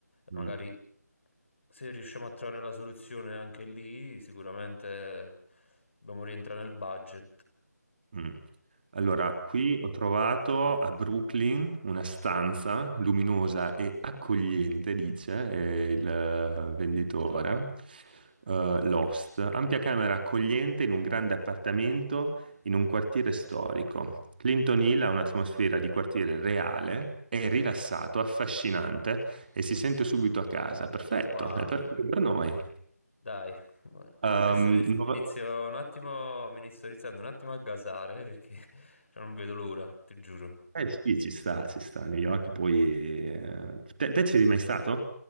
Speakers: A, on the right; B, on the left.
A: Mm.
B: Magari se riusciamo a trovare la soluzione anche lì, sicuramente dobbiamo rientrare nel budget.
A: Mm. Allora, qui ho trovato a Brooklyn una stanza luminosa e accogliente, dice eh, il eh, venditore. eh, Lost, ampia camera accogliente in un grande appartamento in un quartiere storico. Clinton Hill ha un'atmosfera di quartiere reale, è rilassato, affascinante e si sente subito a casa. Perfetto,
B: Wow,
A: è perfetto per noi.
B: dai.
A: Ehm,
B: Questo mi
A: nova-
B: mi inizio un attimo, mi inizio iniziando un attimo a gasare perché <laughs> non vedo l'ora, ti giuro.
A: Eh sì, ci sta, ci sta. New York poi... eh, Te, te ci eri mai stato?